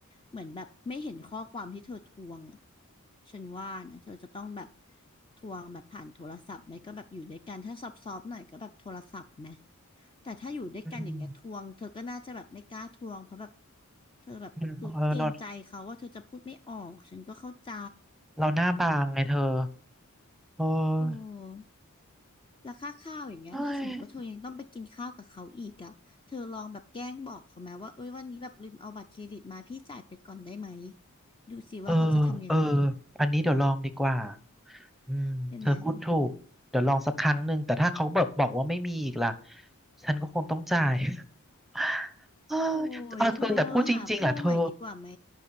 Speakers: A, on the left; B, in the centre.
A: เหมือนแบบไม่เห็นข้อความที่เธอทวงอะฉันว่านะเธอจะต้องแบบทวงแบบผ่านโทรศัพท์ไหมก็แบบอยู่ด้วยกันถ้าซอฟๆหน่อยก็แบบโทรศัพท์ไหมแต่ถ้าอยู่ด้วยกันอย่างเงี้ยทวงเธอก็น่าจะแบบไม่กล้าทวงเพราะแบบ
B: อืม
A: เธอแบบรู้เกรงใจเขาว่าเธอจะพูดไม่ออกฉันก็เข้าใจ
B: อืมเออเราเราหน้าบางไงเธอเออ
A: โอ้ แล้วค่าข้าวอย่างเงี้ยถ้าสมมติว่าเธอยังต้องไปกินข้าวกับเขาอีกอะเธอลองแบบแกล้งบอกเขาไหมว่าเอ้ยวันนี้แบบลืมเอาบัตรเครดิตมาพี่จ่ายไปก่อนได้ไหม
B: เฮ้ย
A: ดูสิว่าเขาจะทำยังไง
B: เออเอออันนี้เดี๋ยวลองดีกว่าอืมเธอพูดถูกเดี๋ยวลองสักครั้งหนึ่งแต่ถ้าเขาแบบบอกว่าไม่มีอีกล่ะ
A: ใช่ไหม
B: ฉันก็คงต้องจ่าย <laughs> เออ
A: โอ้
B: เอาเธอแต่พูดจริงๆอ่ะเธอ
A: ยเธอหาผู้ใหม่ดีกว่าไหม